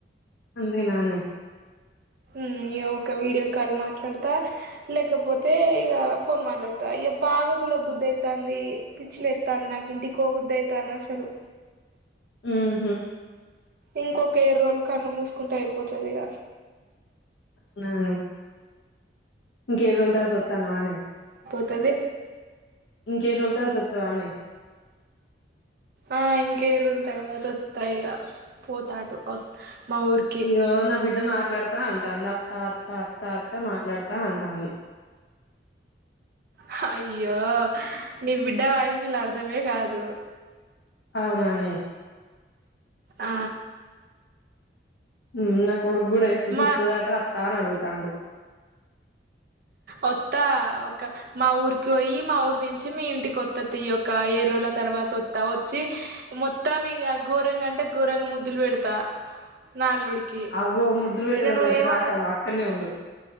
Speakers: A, on the left (about 80°); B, on the right (about 55°).
A: అందే నానే
B: ఉమ్ ఇగ ఒక వీడియో కాల్ మాట్లాడతా లేకపోతే, ఇగ ఫోన్ మాట్లాడతా, ఇగ బాగా చూడ బుద్ధి అయితాంది. పిచ్చిలెత్తంది నాకు ఇంటికో బుద్ధి అయితాంది అసలు.
A: మ్మ్ హు
B: ఇంకొక ఏర్ రోజులు కండ్లు మూసుకుంటే అయిపోతది ఇగ
A: అవునా నే ఇంక ఏర్ రోజుల తరువాత తోత్తనావానే
B: తది
A: ఇంకే రోల్ తర్వాత వత్తావా నే
B: ఆ ఇంకే రోజుల తర్వాత వత్త ఇగ పోతాటు మా ఊరికి
A: యియ్యో నా బిడ్డ మాట్లాడతా అంటా అందా అత్ త్త త్త అత్త అత్త మాట్లాడుతా అంటాంది
B: హా యో ఆ ని బిడ్డ వయి విలా అర్ధమే కాదు
A: అవునా నే
B: ఆ
A: హు నా కొడుకు కూడా ఇప్పుడు
B: మా
A: చూస్తుదట అత్తా అని అడుగు తాండు
B: వత్తా ఒక మా ఊరికి పోయి మా ఊరు నుంచి మీ ఇంటికిొత్త తీ ఒక ఏడు రోజుల తర్వాత వత్తా వచ్చి మొత్తా మీ గోరంగ అంటే గోరంగ ముద్దులు పెడతా నా అల్లుడికి
A: అవ్ో ముద్దులు పెట్టేదానివి
B: ఇగ నువ్వేం
A: అయితే రాక అవ అక్కడనే ఉండు